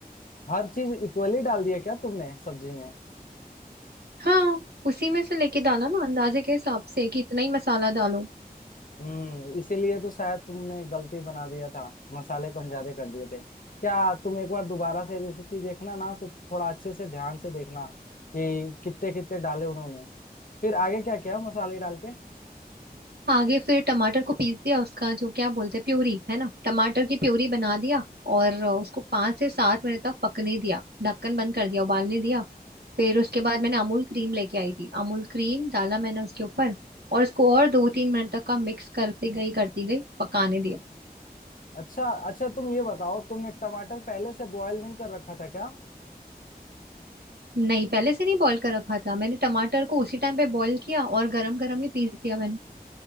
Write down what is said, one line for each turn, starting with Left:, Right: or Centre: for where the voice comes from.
Left: हर चीज इक्वली डाल दिया क्या तुमने सब्जी में
Right: हाँ उसी में से लेके डाला ना अंदाजे के हिसाब से कि इतना ही मसाला डालो
Left: हम्म इसीलिए तो शायद तुमने गलती बना दिया था मसाले कम ज्यादा कर दिए थे क्या तुम एक बार दोबारा से रेसिपी देखना ना तो थोड़ा अच्छे से ध्यान से देखना कि कितने कितने डाले उन्होंने फिर आगे क्या किया मसाले डाल के
Right: आगे फिर टमाटर को पीस दिया उसका जो क्या बोलते हैं प्यूरी है ना टमाटर की प्यूरी बना दिया और अ, उसको पाँच से सात मिनट तक पकने दिया ढक्कन बंद कर दिया उबालने दिया फिर उसके बाद मैंने अमूल क्रीम लेके आई थी अमूल क्रीम डाला मैंने उसके ऊपर और उसको और दो तीन मिनट तक का मिक्स करती गई करती गई पकाने दिया
Left: अच्छा अच्छा तुम ये बताओ तुमने टमाटर पहले से बॉयल नहीं कर रखा था क्या
Right: नहीं पहले से नहीं बॉईल कर रखा था मैंने टमाटर को उसी टाइम पे बॉईल किया और गरम गरम ही पीस दिया मैंने